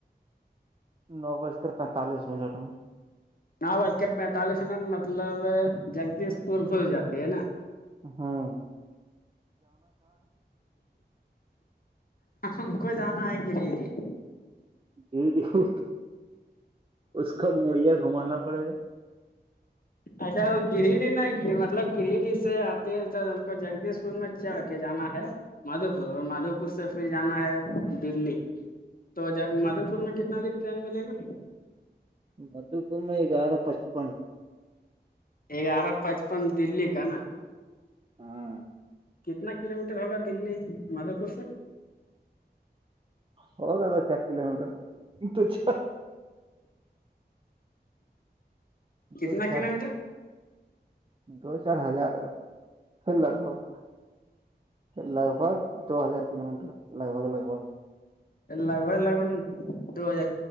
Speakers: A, on the right; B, on the left.
A: نو بج کر پینتالیس منٹ میں
B: نو بج کے پینتالیس منٹ مطلب جگدیش پول بھول جاتے ہے نا
A: ہاں
B: ہم کو جانا ہے گریےری
A: یڈیوو اس کا مڑیا گھمانا پڑے گا
B: اچھا وہ گریڈ نا مطلب گری ڈی سے آتی ہے تو ہم کو جگدیش پور میں چڑھ کے جانا ہے مادھو پور اور مادھو پور سے پھر جانا ہے دلی تو ج مادھو پور میں کتنا بجے ٹرین ملے گا
A: مدوپور میں گگیارہ پچپن
B: گیارہ پچپن دللی کا نا
A: ہاں
B: کتنا کلو میٹر ہوگا دلی مادھو پور سے
A: ہوگاد چار کلو میٹر چ
B: کتنا
A: دو چار
B: کلو میٹر
A: دو چار ہزار لگ بھگ لگ بھگ دو ہزار کلو میٹر لگ بھگ لگ بھگ
B: لگ بگ لگ ب دو ہزار